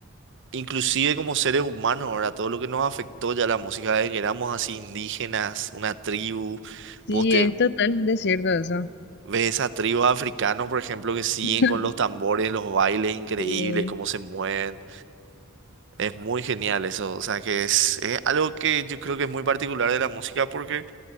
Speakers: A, on the right; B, on the left.
A: Inclusive como seres humanos, ahora todo lo que nos afectó ya la música de que éramos así indígenas, una tribu, vos
B: sí,
A: te
B: es totalmente cierto eso.
A: ves esas tribus africanos, por ejemplo, que siguen
B: <laughs>
A: con los tambores, los bailes increíbles,
B: Sí,
A: cómo se mueven, es muy genial eso, o sea que es, es algo que yo creo que es muy particular de la música porque